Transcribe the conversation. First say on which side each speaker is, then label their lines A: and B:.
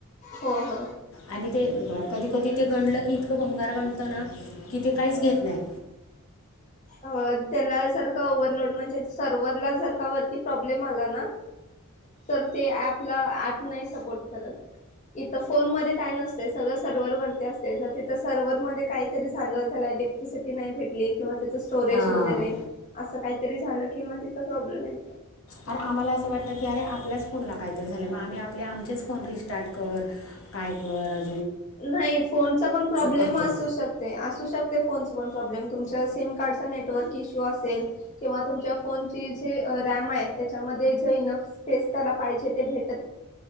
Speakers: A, on the left; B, on the left.
A: हो हो
B: आणि ते कधी कधी ते गणलं की भंगार बणत ना कि ते काहीच घेत नाही
A: अ त्याला जर का ओव्हरलोड म्हणजे सर्वर्हरला जर का वरती प्रॉब्लेम आला ना तर ते पला ऍप नाही सपोर्ट करत इथं फोनमध्ये काय नसत सगळं सर्व्हरवररती असते तिथं सर्व्हर मध्ये काहीतरी झालं त्या लेक्ट्रसटी नाही भेटली किं त्यािच स्टोरेज
B: हां
A: वगैरे असं काहीतरी झालं की मग तिथ प्रॉब्लेम य
B: अर आम्हाला असं वाटतं की अरे आपल्याच फोनला काहीतरी झालं मग आम्ही आपले आमचेच फोन रिस्टार्ट कर काय पळ
A: नाही फोनचा पण प्रॉब्लेम
B: करतो
A: असू शकते असू शकते ते फोन पण प्रॉब्लेम तुमच्या सिम कार्डचा नेटवर्क इश्यू असेल किंवा तुमच्या फोनची जी रॅम आहे त्याच्यामध्ये जे इनफ स्पेस त्याला पाहिजे ते भेट